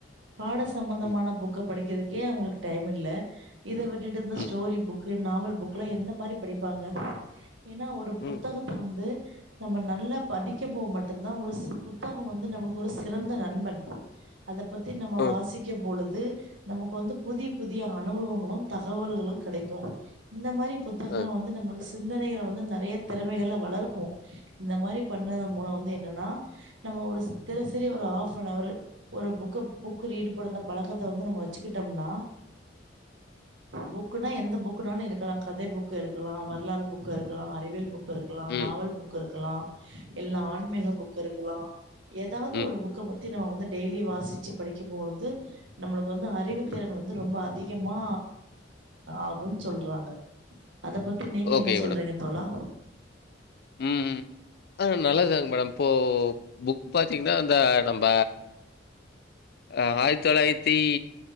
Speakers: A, on the right; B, on the left.
A: பாட சம்பந்தமான
B: ம்
A: புக்க படிக்கிறதுக் கே அவுங்களுக்கு டைம் இல்ல இத விட்டுட்டு இந்த ஸ்டோரி
B: ம்
A: புக்கு நாவல் புக்ல்லாம் எந்த மாரி படிப்பாங்க ஏன்னா ஒரு புத்தகத்த
B: ம்
A: வந்து நம்ப நல்லா படிக்கப்போ மட்டும்தான் ஒரு புத்தகம் வந்து நம்மளுக்கு ஒரு சிறந்த நண்பன் அத பத்தி நம்ம
B: ஆ
A: வாசிக்கும் பொழுது நமக்கு வந்து புதிய புதிய அனுபவங்களும் தகவல்களும் கெடைக்கும் இந்த மாரி புத்தகங்கள்
B: ஆ
A: வந்து நம்மளுக்கு சிந்தனைகள வந்து நறைய திறமைகள வளர்க்கும் இந்த மாரி பண்ரதன் மூலம் வந்து என்னன்னா நம்ம ஒரு சித்தன சரி ஒரு ஹாப் அன் அவரு ஒரு புக்க புக் ரீடு பண்ணந்த பழக்கத்தை வந்து நம்ப வச்சுக்கிட்டோம்னா புக்குனா எந்த புக்குனாலும் இருக்கலாம் கதை புக்கு இருக்கலாம் வரலாறு புக்கு இருக்கலாம் அறிவியல் புக் புக் இருக்கலாம்
B: ம்
A: நாவல் புக் இருக்கலாம் இல்ல ஆன்மீக புக் இருக்கலாம் ஏதாவது
B: ம்
A: ஒரு புக்க பத்தி நம்ம வந்து டெய்லி வாசிச்சு படிக் க்கும் போது நம்மளுக்கு வந்து அறிவுத்திறன்
B: ம்
A: வந்து ரொம்ப அதிகமா ஆகும்ன்னு சொல்றாங்க அத பத்தி நீங்க
B: ஓகே
A: என்ன சொல்றீங்க தோழா
B: ம் ம். அ நல்லதுதாங் மேடம் இப்போ புக் பாத்தீங்கன்னா அந்த நம்ப ஆ ஆயித் தொளாயித்தி